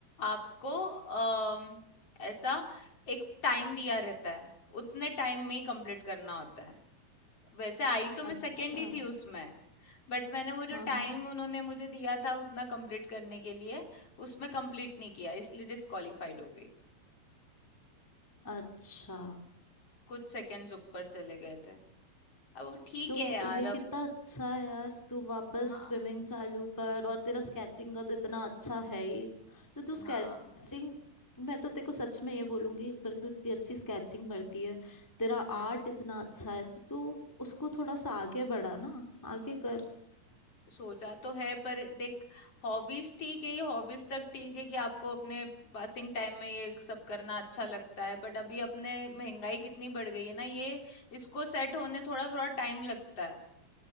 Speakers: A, on the left; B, in the centre.
A: आपको अम, ऐसा एक टाइम दिया रहता है उतने टाइम में ही कंप्लीट करना होता है वैसे आई तो मैं
B: अच्छा
A: सेकंड ही थी उसमें बट मैंने वो जो
B: हाँ हाँ
A: टाइम उन्होंने मुझे दिया था उतना कंप्लीट करने के लिए उसमें कंप्लीट नहीं किया इसलिए डिस्क्वालिफाइड हो गई
B: अच्छा
A: कुछ सेकंड्स ऊपर चले गए थे अब वो ठीक
B: तो
A: है यार
B: ये कितना
A: अब
B: अच्छा है यार तू वापस
A: हाँ
B: स्विमिंग चालू कर और तेरा स्केचिंग का तो इतना अच्छा है ही तो तू स्केचिंग
A: हाँ
B: मैं तो तेरे को सच में ये बोलूंगी अगर तू इतनी अच्छी स्केचिंग करती है तेरा
A: हाँ
B: आर्ट इतना अच्छा है तो तू उसको थोड़ा सा आगे बढ़ा ना आगे कर
A: सोचा तो है पर देख हॉबीज ठीक है ये हॉबीज तक ठीक है कि आपको अपने पासिंग टाइम में ये सब करना अच्छा लगता है बट अभी अपने महंगाई कितनी बढ़ गई है ना ये इसको सेट होने थोड़ा थोड़ा टाइम लगता है